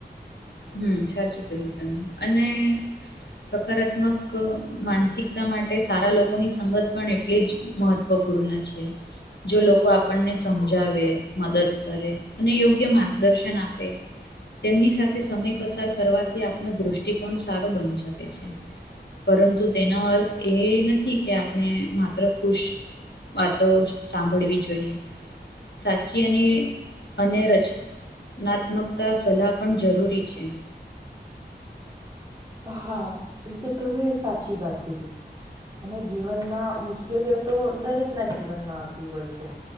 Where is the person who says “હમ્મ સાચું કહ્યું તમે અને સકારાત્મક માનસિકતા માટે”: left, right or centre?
Left